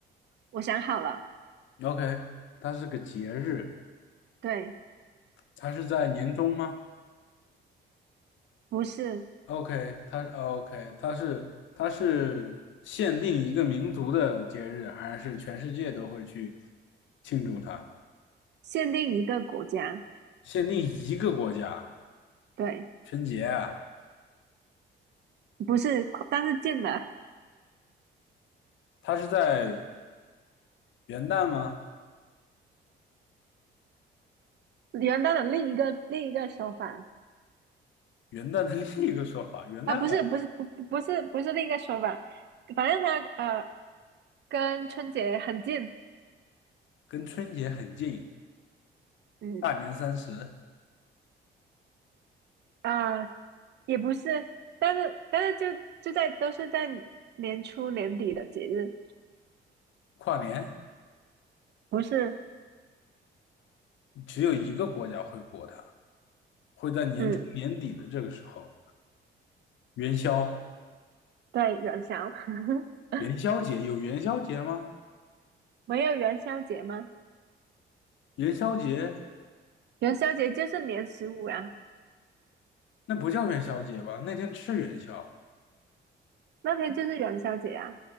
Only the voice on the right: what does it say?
我想好了，
对，
不是。
限定一个国家，
对，
不是，但是近的，
元旦的另一个另一个说法
啊，不是不是不不不是不是另一个说法，反正它呃跟春节很近，
嗯
啊、呃也不是，但是但是就就在都是在年初年底的节日，
不是，
嗯，
对，元宵，<laughs>
没有元宵节吗？
元宵节就是年十五呀、
那天就是元宵节啊，